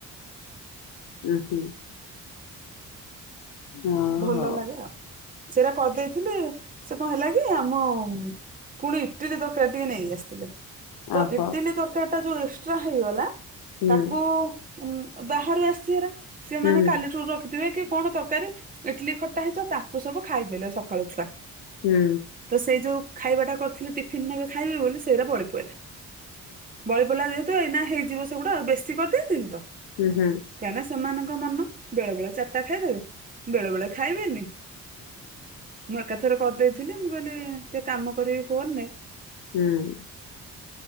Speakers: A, on the left (about 80°); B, on the right (about 25°).
A: ଉଁ, ହୁଁ। ଓ
B: ଭଲ
A: ହଉ
B: ଲାଗେ ଆଉ, ସେଟା କରିଦେଇଥିଲେ ସେ କଣ ହେଲା କି ଆମ ପୁଣି ଇଟିଲି ତରକାରୀ ଟିକେ ନେଇ ଆସିଥିଲେ। ତ
A: ଓହୋ
B: ଇଟିଲି ତରକାରୀ ଟା ଯୋଉ ଏକ୍ସଟ୍ରା ହେଇଗଲା
A: ହୁଁ
B: ତାକୁ ଉଁ, ବାହାରୁ ଆସିବାର ସେମାନେ
A: ହୁଁ
B: କାଲିଠୁ ରଖିଥିବେ କି କଣ ତରକାରୀ ଇଟଲି ଖଟା ହେଇଥିବ ତାକୁ ସବୁ ଖାଇଦେଲେ ସକାଳୁ ଛୁଆ।
A: ହୁଁ।
B: ତ ସେଇ ଯୋଉ ଖାଇବାଟା କରିଥିଲି ଟିଫିିନ ନେବେ ଖାଇବେ ବୋଲି ସେଇରା ବଳି ପଇଲା, ବଳି ପଇଲା ଯେହେତୁ ଏଇନା ହେଇଯିବ ସେଗୁଡା ଆଉ ବେଶୀ କରିଦେଇଥିଲି ତ।
A: ହୁଁ, ହୁଁ।
B: କାହିଁକିନା ସେମାନଙ୍କ ମନ ବେଳେ ବେଳେ ଚାଟା ଖାଇଦେବେ। ବେଳେ ବେଳେ ଖାଇବେନି। ମୁଁ ଏକାଥରେ କରିଦେଇଥିଲି। ମୁଁ କହିଲି ଟିକେ କାମ କରିବି ଫୋନ୍ ନେ।
A: ହୁଁ।